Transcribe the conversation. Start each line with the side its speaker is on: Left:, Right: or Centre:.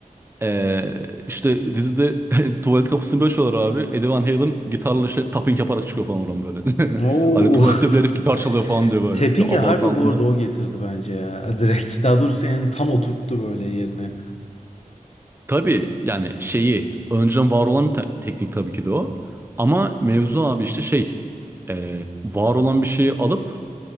Right: Ee, işte dizide <laughs> tuvalet kapısını böyle çalıyorlar abi. Eddie Van Halen gitarla şey tapping yaparak çıkıyor falan oradan böyle. <laughs>
Left: <laughs> Oo.
Right: Hani tuvalette
Left: <laughs>
Right: bile herif gitar çalıyor falan diyor böyle.
Left: Tapping'i
Right: Ve abartı
Left: harbi
Right: altında.
Left: bu arada o getirdi bence ya. <laughs> Direkt. Daha doğrusu yani tam oturttu böyle yerine.
Right: Tabii yani şeyi önceden var olan bir te- teknik tabii ki de o. Ama mevzu abi işte şey e, var olan bir şeyi alıp